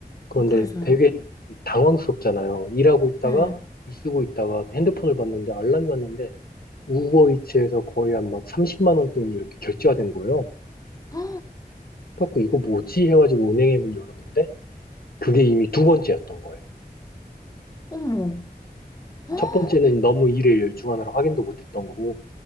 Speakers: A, on the left (about 65°); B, on the left (about 20°).
A: 그런데
B: 어, 그래서요?
A: 되게 당황스럽잖아요. 일하고 있다가
B: 네.
A: 글 쓰고 있다가 핸드폰을 봤는데 알람이 왔는데 우버이츠에서 거의 한 막 30만 원 돈이 이렇게 결제가 된 거예요.
B: 헉!
A: 그래갖고 이거 뭐지 해가지고 은행 앱을 열었는데 그게 이미 두 번째였던 거예요.
B: 어머. 헉!
A: 첫 번째는 너무 일에 열중하느라 확인도 못했던 거고